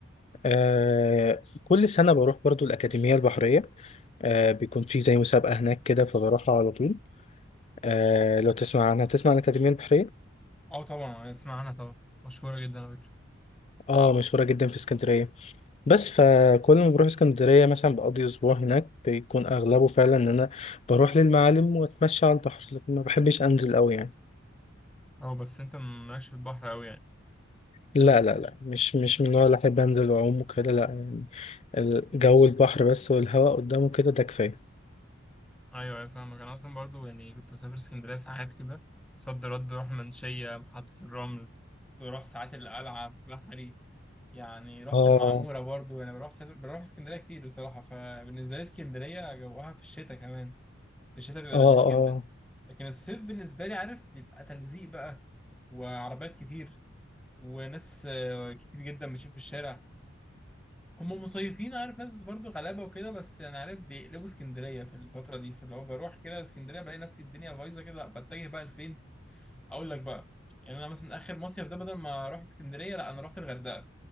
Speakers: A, on the left; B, in the centre.
A: أه كل سنة بروح برضو الأكاديمية البحرية أه بيكون في زي مسابقة هناك كده فبروحها على طول أه لو تسمع عنها تسمع عن الأكاديمية البحرية
B: اه طبعا اسمع عنها طبعا مشهورة جدا على فكرة
A: اه مشهورة جدا في اسكندرية بس فكل ما بروح اسكندرية مثلا بقضي أسبوع هناك بيكون أغلبه فعلا إن أنا بروح للمعالم وأتمشى على البحر لكن ما بحبش أنزل أوي يعني
B: اه بس انت مالكش في البحر قوي يعني
A: لا لا لا مش مش من النوع اللي أحب أنزل وأعوم وكده لا يعني الجو البحر بس والهواء قدامه كده ده كفاية
B: ايوه ايوه فاهمك انا اصلا برضو يعني كنت بسافر اسكندرية ساعات كده صد رد اروح منشية محطة الرمل كنت بروح ساعات القلعة في بحري يعني رحت
A: آه
B: المعمورة برضو انا بروح سافر بروح اسكندرية كتير بصراحة فبالنسبة لي اسكندرية جوها في الشتاء كمان في الشتاء بيبقى
A: آه
B: لذيذ جدا
A: آه
B: لكن الصيف بالنسبة لي عارف بيبقى تلزيق بقى وعربيات كتير وناس آه، كتير جدا بتشوف في الشارع هم مصيفين عارف ناس برضو غلابة وكده بس يعني عارف بيقلبوا اسكندرية في الفترة دي فاللي هو بروح كده اسكندرية بلاقي نفسي الدنيا بايظة كده لا بتجه بقى لفين أقول لك بقى يعني أنا مثلا آخر مصيف ده بدل ما أروح اسكندرية لا أنا رحت الغردقة